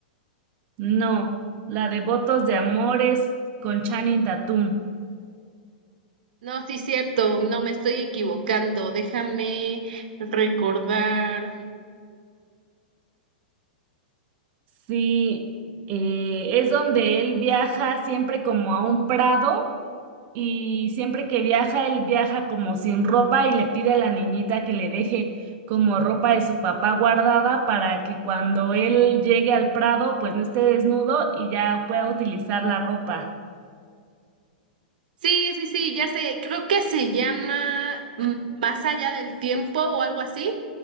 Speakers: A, on the right; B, on the right.
A: No, la de Votos de Amores con Channing Tatum.
B: No, sí, cierto, no me estoy equivocando. Déjame recordar.
A: Sí, eh, es donde él viaja siempre como a un prado y siempre que viaja, él viaja como sin ropa y le pide a la niñita que le deje como ropa de su papá guardada para que cuando él llegue al Prado, pues no esté desnudo y ya pueda utilizar la ropa.
B: Sí, sí, sí, ya sé, creo que se llama mm, Más allá del tiempo o algo así.